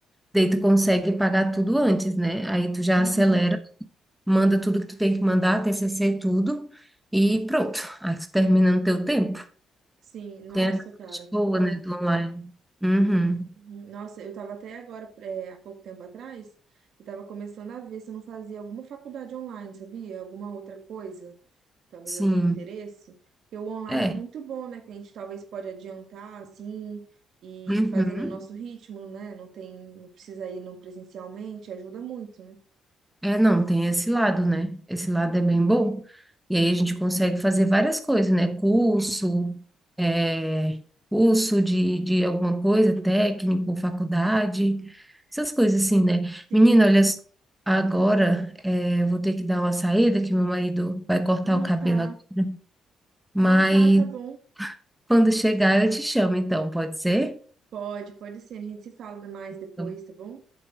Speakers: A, in the centre; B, on the right (about 70°).
A: Daí tu consegue pagar tudo antes, né? Aí tu já
B: Uhum.
A: acelera, manda tudo que tu tem que mandar, TCC tudo, e pronto. Aí tu termina no teu tempo.
B: Sim, nossa,
A: Tem a parte
B: cara, que
A: boa,
B: top.
A: né, do online. Uhum.
B: Uhum. Nossa, eu tava até agora, é, há pouco tempo atrás, eu tava começando a ver se eu não fazia alguma faculdade online, sabia? Alguma outra coisa. talvez
A: Sim.
B: eu tenha interesse, porque o online
A: É.
B: é muito bom, né? Que a gente talvez pode adiantar assim e
A: Uhum.
B: fazer no nosso ritmo, né? Não tem, não precisa ir no presencialmente, ajuda muito, né?
A: É, não, tem esse lado, né? Esse lado é bem bom. E aí a gente consegue fazer várias coisas, né? Curso, é, curso de, de alguma coisa, técnico, faculdade, essas coisas assim, né?
B: Sim.
A: Menina, olha, só, agora é, eu vou ter que dar uma saída, que meu marido vai cortar
B: Ah,
A: o cabelo
B: tá.
A: agora. Mas
B: Ah, tá, tá bom.
A: quando chegar eu te chamo, então, pode ser?
B: Pode, pode sim. A gente se fala mais depois,
A: Então, tá
B: tá bom?